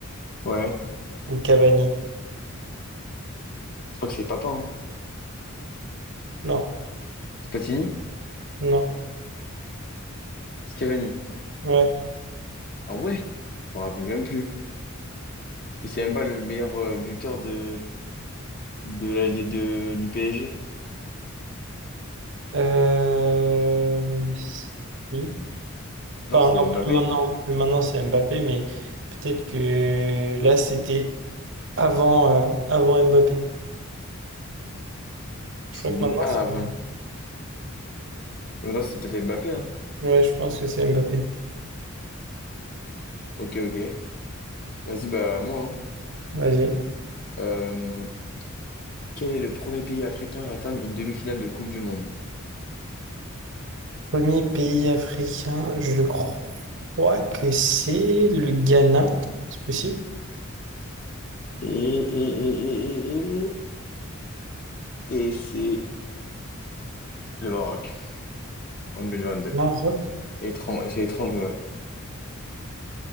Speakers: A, on the left; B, on the right.
A: ouais.
B: ou Cavani?
A: Je crois que c'est Papin, hein.
B: Non,
A: Spatini?
B: non,
A: Cavani.
B: ouais.
A: Ah ouais? Je m'en rappelle même plus. Et c'est même pas le meilleur euh, buteur de, de la, les- de, du PSG.
B: Euh... Si.
A: Non,
B: Enfin,
A: c'est
B: non,
A: Mbappé.
B: plus maintenant, plus maintenant c'est Mbappé, mais peut-être que là c'était avant, euh, avant Mbappé. Je
A: C'est
B: crois que
A: bi-
B: maintenant
A: Ah,
B: c'est.
A: enfin. Non, c'est peut-être Mbappé, hein.
B: Ouais, je pense que c'est Mbappé.
A: Ok, ok. Vas-y, bah moi, hein.
B: Vas-y.
A: Euh, quel est le premier pays africain à atteindre une demi-finale de Coupe du Monde?
B: Premier pays africain, je crois que c'est le Ghana. C'est possible?
A: Et, et, et, et, et, et, et c'est le Maroc en 2022.
B: Maroc.
A: Étrange, c'est étrange, mais ouais.